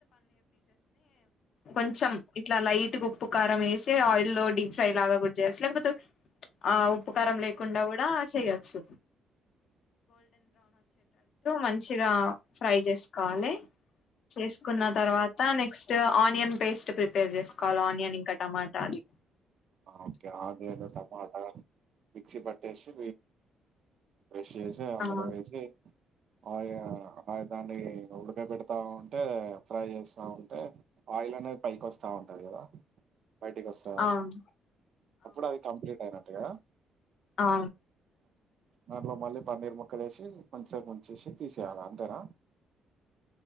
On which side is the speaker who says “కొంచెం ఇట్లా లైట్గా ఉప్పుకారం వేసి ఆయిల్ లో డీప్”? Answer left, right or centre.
Left